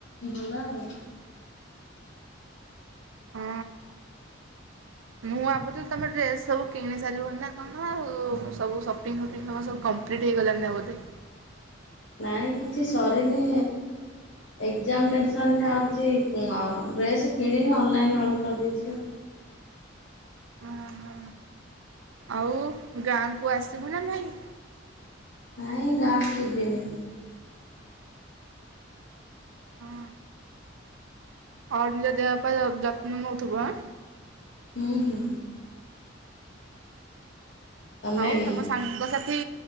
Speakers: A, on the left; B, on the right.
A: ଭଲ ଆଉ
B: ହଁ। ମୁଁ ଭାବୁଥିଲି ତମେ ଡ୍ରେସ୍ ସବୁ କିଣି ସାରିବନି ନା କଣ ଆଉ ସବୁ ସପିଙ୍ଗ ଫପିଙ୍ଗ ତୁମେ ସବୁ କ ପ୍ରିଟ ହେଇଗଲା ନା ବୋଧେ?
A: ନାଇଁ କିଛି ସରିନି ଏକ୍ଜାମ ଟେନସନ ରେ ଆଉ କିଛି ଡ୍ରେସ୍ କିଣିନି ଅନଲାଇନ୍ ଅର୍ଡ଼ର କରିଦେଇଛି ଆଉ
B: ଓହୋ ଆଉ ଗାଁକୁ ଆସିବୁ ନା ନାଇଁ?
A: ନାଇଁ ଗାଁ କୁ ଯିବିନି।
B: ହଁ ହ ନିଜ ଦେହ ପା ଯତ୍ନ ନଉଥୁବୁ ଆ?
A: ହୁଁ ହୁଁ। ତମେ
B: ଆଉ
A: ବି
B: ତମ ସାଙ୍ଗସାଥି